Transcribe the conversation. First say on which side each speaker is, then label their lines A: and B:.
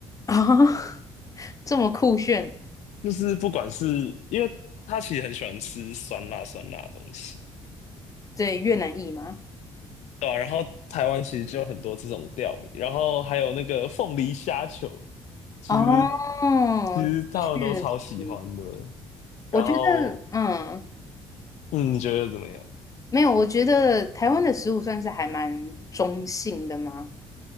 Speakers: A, on the left; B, on the left.
A: 啊，<laughs> 这么酷炫。
B: 就是不管是因为他其实很喜欢吃酸辣酸辣的东西。
A: 对，越南裔吗？
B: 对啊然后台湾其实就有很多这种料理，然后还有那个凤梨虾球，其实
A: 哦，
B: 其实他们都超喜欢的。
A: 确实，
B: 然后，
A: 我觉得，嗯，
B: 嗯，你觉得怎么样？
A: 没有，我觉得台湾的食物算是还蛮中性的嘛，